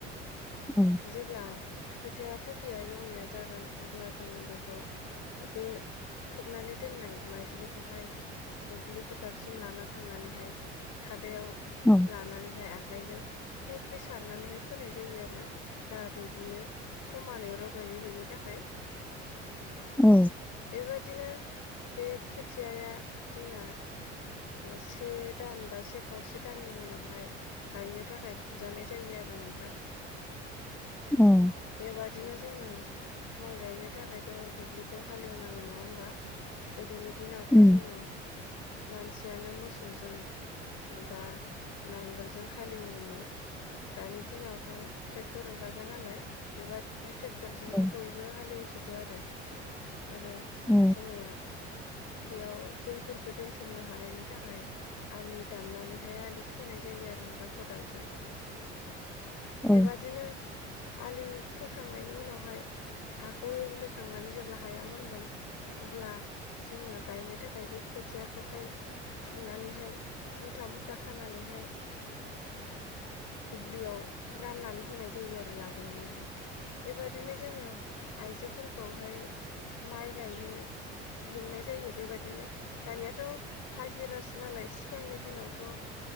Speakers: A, in the centre; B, on the left.
A: औ
B: जेब्ला खोथिया थोरलिया एवनाया जागोन अब्ला जोङो बेखौ बे खोबनानै दोननाय माइज्लिखौहाय दुब्लि फोथारसिम लाना थांनानैहाय खादायाव
A: औ
B: लानानैहाय आखाइजों फ्रि फ्रि सारनानैहाय फोनाय जायो आरो जाहाथे बियो खानै रज'यो बेनि थाखाय
A: औ
B: बेबादिनो बे खोथियाया जोंना से दान बा से खावसे दाननि उनावहाय गायनो थाखाय फुजानाय जायो आरो नोंथां
A: उम।
B: बेबादिनो जोङो माइ गायनो थाखायथ' दुब्लिखौ हालेवनांगौ नङा होमबा गोदोनि दिनावथ'
A: उम
B: जोङो मानसियानो मोसौजों बा नांगोलजों हालेवोमोन दानि दिनावथ' ट्रेक्टर ओंखारबाय नालाय बेबायाददिनो ट्रेक्टरजोंनो
A: औ
B: बयबो हालेवजोबो आरो आरो
A: औ
B: जोङो बेयाव दैफोरखौो दोनथुमनो हानायनि थाखाय आलि दाननानैहाय आलि खोनाय जायो आरो नों दां खदालजों
A: औ
B: बेबादिनो आलि सोखांनायनि उनावहाय हाखौ एवग्लिखांनानै जेब्ला हाया मोनगोन अब्ला जोङो गायनो थाखाय बे खोथियाखौहाय फुनानैहाय मुथा मुथा खानानैहाय दुब्लियाव राननानै होनाय जायो आरो लाबोनानैहाय बेबादिनो जोङो आइजोफोरखौहाय माइ गायनो लिंनाय जायो बेबायदिनो दानियााथ' हाजिरासो नालाय सिगांनि दिनावथ'